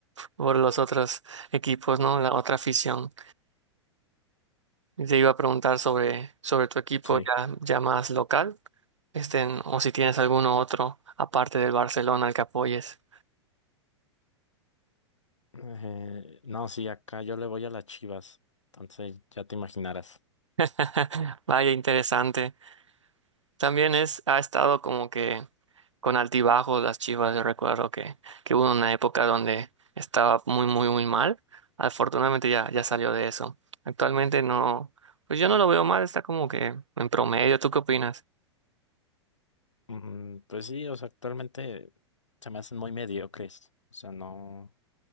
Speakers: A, on the right; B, on the left.
A: por los otros equipos, ¿no? La otra afición. Y Te iba a preguntar sobre, sobre tu equipo
B: Sí.
A: ya, ya más local, este, o si tienes alguno otro aparte del Barcelona al que apoyes.
B: Eh, no, sí, acá yo le voy a las Chivas, entonces ya te imaginarás.
A: <laughs> Vaya, interesante. También es, ha estado como que con altibajos las Chivas. Yo recuerdo que, que hubo una época donde estaba muy, muy, muy mal. Afortunadamente ya, ya salió de eso. Actualmente no, pues yo no lo veo mal, está como que en promedio. ¿Tú qué opinas?
B: Mm, pues sí, o sea, actualmente se me hacen muy mediocres, o sea, no,